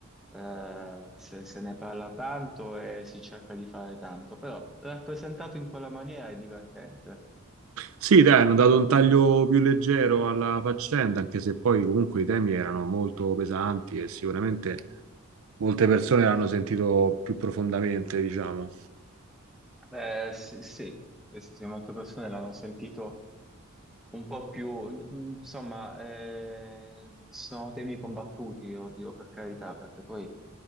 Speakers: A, in the centre; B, on the right (about 70°).
A: eh, se, se ne parla tanto e si cerca di fare tanto, però rappresentato in quella maniera è divertente.
B: Sì, dai, hanno dato un taglio più leggero alla faccenda, anche se poi comunque i temi erano molto pesanti e sicuramente molte persone l'hanno sentito più profondamente, diciamo.
A: Eh, sì, sì, sì, sì, sì, molte persone l'hanno sentito un po' più, mm, insomma, eh, sono temi combattuti, oddio, per carità, perché poi